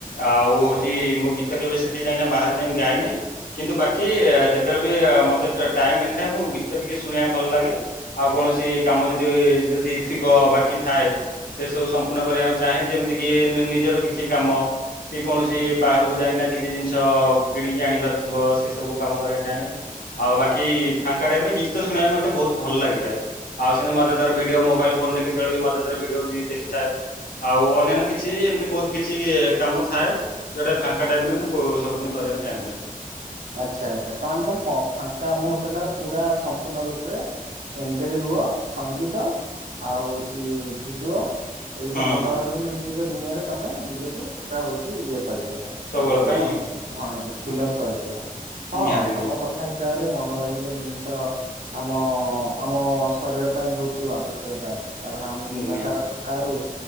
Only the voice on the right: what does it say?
ହଁ।
ଆଚ୍ଛା ଆଚ୍ଛା। ତା ହେନେ ଫାଙ୍କା ମୁହୂର୍ତ୍ତ ଟା ପୁରା ସମ୍ପୂର୍ଣ୍ଣ ରୂପରେ ଏନ୍ ଙ୍ଗେଜ୍ ରୁହ। ସଙ୍ଗୀତ ଆଉ ହଉଛି ଭିଡିଓ ଏଇସବୁ
ମନୋରଞ୍ଜନ
ଭିତ୍ତିକ ଦୁନିଆରେ ତମେ ନିଜକୁ ପୁରା ହଉଛି ଇଏ କରିଦିଅ।
ମାନେ
ହଁ
ଫିଲ୍ଅପ କରିଦିିଅ। ହଁ
ତମ କଥା ହିସାବରେ ମନୋରଞ୍ଜନ ଜିନିଷ ଆମ, ଆମ ଶରୀର ପାଇଁ ବୋହୁତୁ ଆବଶ୍ୟକତା ଅଛି। କାରଣ ଆମେ ଦିନ
ସାରା ଥ ଠାରୁ